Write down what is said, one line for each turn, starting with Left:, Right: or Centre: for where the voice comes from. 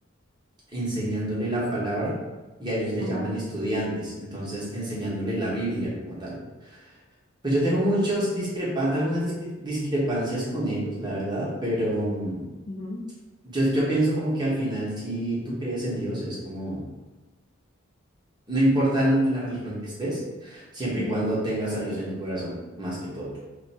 Right: enseñándole la palabra y a ellos le
Left: ajá,
Right: llaman estudiantes, entonces enseñándole la Biblia como tal. Pues yo tengo muchos discrepan algunas discre- discrepancias con ellos, la verdad, pero mm,
Left: ujú,
Right: yo, yo pienso como que al final si tú crees en Dios es como, no importa en, en la religión que estés, siempre
Left: ujú.
Right: y cuando tengas a Dios en tu corazón, más que todo.